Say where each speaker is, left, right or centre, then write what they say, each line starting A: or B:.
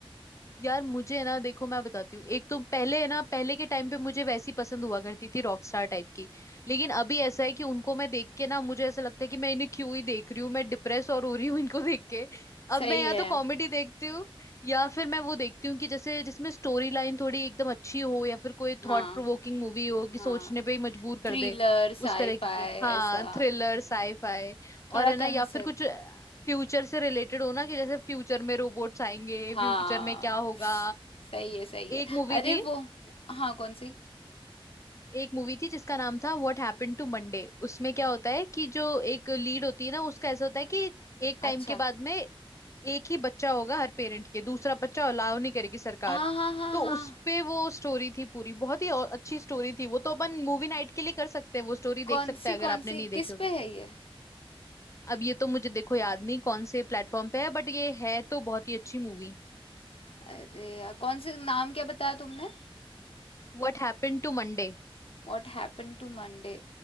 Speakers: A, on the left; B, on the left.
A: यार मुझे ना देखो मैं बताती हूँ एक तो पहले है ना पहले के टाइम पे मुझे वैसी पसंद हुआ करती थी रॉक स्टार टाइप की लेकिन अभी ऐसा है कि उनको मैं देख के ना मुझे ऐसा लगता है कि मैं इन्हें क्यों ही देख रही हूँ मैं डिप्रेस और हो रही हूँ इनको देख के अब
B: सही
A: मैं या
B: है
A: तो कॉमेडी देखती हूँ या फिर मैं वो देखती हूँ कि जैसे जिसमें स्टोरी लाइन थोड़ी एकदम अच्छी हो या फिर कोई
B: हाँ
A: थॉट प्रोवोकिंग मूवी हो कि
B: हाँ
A: सोचने पे ही मजबूर कर
B: थ्रिलर
A: दे
B: साईफाई
A: उस तरह की के हाँ
B: ऐसा
A: थ्रिलर साईफाई और
B: थोड़ा
A: है ना
B: कंसेप्ट
A: या फिर कुछ फ्यूचर से रिलेटेड हो ना कि जैसे फ्यूचर में रोबोट्स आएंगे
B: हाँ
A: फ्यूचर में क्या होगा
B: सही है सही है
A: एक मूवी
B: अरे
A: थी
B: वो हाँ कौन सी
A: एक मूवी थी जिसका नाम था व्हाट हैपेंड टू मंडे उसमें क्या होता है कि जो एक लीड होती है ना उसका ऐसा होता है कि एक टाइम
B: अच्छा
A: के बाद में एक ही बच्चा होगा हर पेरेंट के दूसरा बच्चा अलाउ नहीं करेगी सरकार
B: हाँ हाँ हाँ
A: तो
B: हाँ
A: उस पे वो स्टोरी थी पूरी बहुत ही और अच्छी स्टोरी थी वो तो अपन मूवी नाइट के लिए कर सकते हैं वो स्टोरी
B: कौन
A: देख सकते
B: सी
A: हैं अगर
B: कौन
A: आपने
B: सी
A: नहीं देखी
B: किस
A: होगी
B: पे है ये
A: अब ये तो मुझे देखो याद नहीं कौन से प्लेटफॉर्म पे है बट ये है तो बहुत ही अच्छी movie
B: अरे यार, कौन से नाम क्या बताया तुमने
A: What happened to Monday
B: What happen to Monday